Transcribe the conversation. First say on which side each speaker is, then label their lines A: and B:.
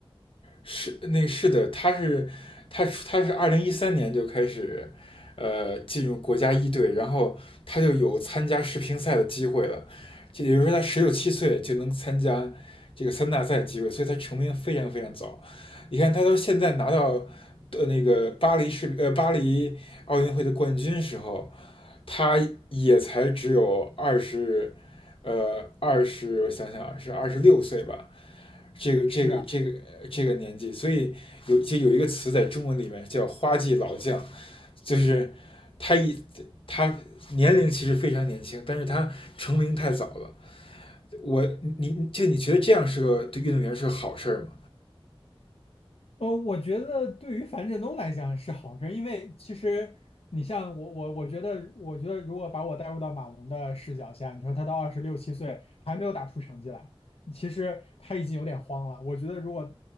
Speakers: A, on the left (about 65°); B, on the left (about 85°).
A: 是那个是的，他是他他是二零一三年就开始呃进入国家一队，然后他就有参加世乒赛的机会了，就也就是说他十六七岁就能参加这个三大赛的机会，所以他成名非常非常早。你看他到现在拿到呃那个巴黎世呃巴黎奥运会的冠军时候，他也才只有二十呃二十我想想啊是二十六岁吧。这个这个这个这个年纪，
B: 是啊，
A: 所以有就有一个词在中文里面叫“花季老将”，就是他一他年龄其实非常年轻，但是他成名太早了。我你就你觉得这样是个对运动员是个好事儿吗？
B: 呃，我觉得对于樊振东来讲是好事儿，因为其实你像我，我我觉得，我觉得如果把我带入到马龙的视角下，你说他到二十六七岁还没有打出成绩来，其实他已经有点慌了。我觉得如果